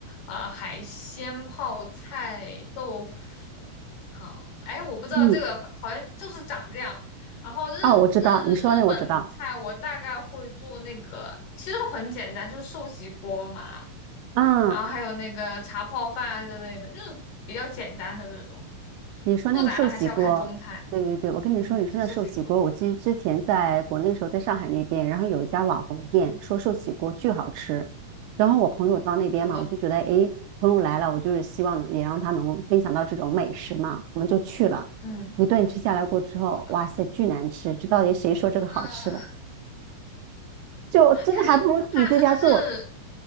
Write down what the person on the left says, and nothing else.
呃海鲜泡菜豆腐汤。哎，我不知道这个好像就是长这样。
然后日日日本菜我大概会做那个，
其实很简单，就是寿喜锅嘛。
然后还有那个茶泡饭之类的，就是比较简单的这种，
复杂的还是要看中餐。
嗯，
涉及过，
嗯，
是了，
嗯，
结果呢？
嗯，
它是它它是